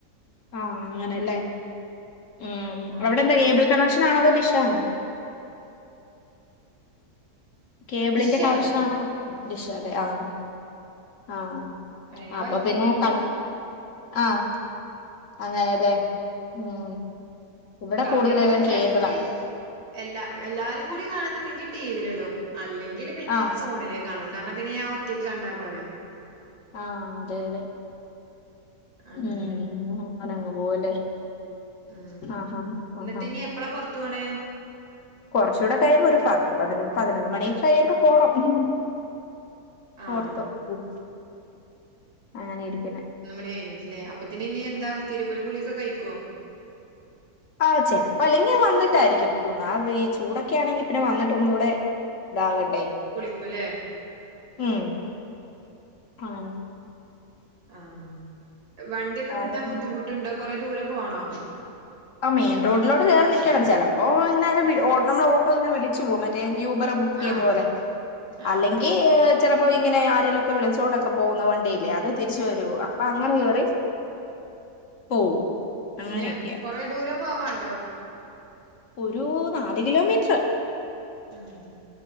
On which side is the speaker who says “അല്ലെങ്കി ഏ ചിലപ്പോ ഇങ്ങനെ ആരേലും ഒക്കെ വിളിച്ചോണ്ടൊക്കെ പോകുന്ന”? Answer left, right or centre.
Left